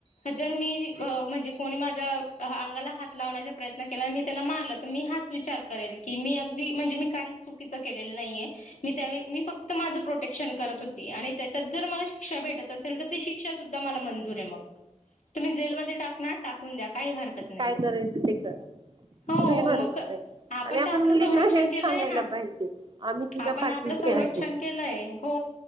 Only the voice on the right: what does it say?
मग
काय
करायचं ते करा मग
हे बरोबर
आहे
आणि
मुलींना
हेच
सांगायला
पाहिजे आम्ही तुझ्या
पाठीशी
आहे